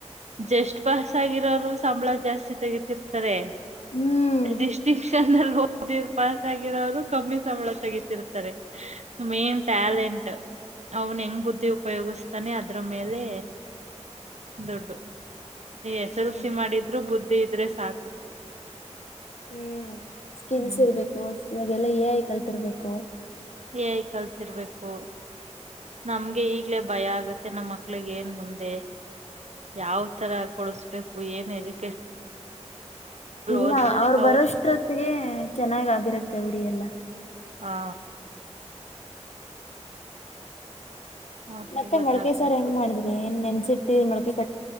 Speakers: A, on the right (about 70°); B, on the left (about 65°).
A: <inaudible> ಜಸ್ಟ್ ಪಾಸ್ ಆಗಿರೋರು ಸಂಬಳ ಜಾಸ್ತಿ ತೆಗತಿರ್ತಾರೆ
B: ಹ್ಮ್
A: ಡಿಸ್ಟಿಂಕ್ಷನ್ ಹದಿರ್ ಪಾಸ್ ಆಗಿರೋರು <inaudible> ಕಮ್ಮಿ ಸಂಬಳ ತೆಗತಿರ್ತಾರೆ ಮೇನ್ ಟ್ಯಾಲೆಂಟ್ ಅವ್ನು ಹೆಂಗ್ ಬುದ್ಧಿ ಉಪಯೋಗಿಸ್ತಾನೆ ಅದ್ರ ಮೇಲೆ ದುಡ್ಡು ಎಸ್ ಎಲ್
B: ಹೌದು
A: ಸಿ ಮಾಡಿದ್ರು ಬುದ್ಧಿ ಇದ ಇದಿದ್ರೆ ಸಾಕು
B: ಹ್ಮ್ ಸ್ಕಿಲ್ಸ್
A: ಹ್ಮ್
B: ಇರ್ಬೇಕು ಇವಾಗೆಲ್ಲ ಎ ಐ ಕಲ್ತಿರ್ಬೇಕು
A: ಎ ಐ ಕಲ್ತಿರ್ಬೇಕು ನಮ್ಗೆ ಈಗ ಲೇ ಭಯ ಆಗತ್ತೆ ನಮ್ಮ ಮಕ್ಳಿಗೆ ಏನ್ ಮುಂದೆ ಯಾವ್ ತರ ಕೊಡಸ್ಬೇಕು ಏನ್ ಎಜು
B: ಇಲ್ಲ
A: ಓದ್ರೆ
B: ಅವ್ರು
A: ಅವ್ರ
B: ಬರೋಷ್ಟ್ರೊತ್ತಿಗೆ ಚೆನ್ನಾಗಿಗಿರುತ್ತೆ ಆಗುತ್ತೆ ಬಿಡಿಯಲ್ಲ
A: ಹಾ ಅವ್ರಿಗೆ
B: ಮತ್ತೆ
A: ಗೊತ್ತಾಗ್ಬೇಕು
B: ಮೊಳ್ಳುಕೆ ಸಮಬಾರ್ ಹೆಂಗ ಮಾಡಿದ್ರಿ ಏನ್ ನೆನ್ಸಿ ಮ <inaudible>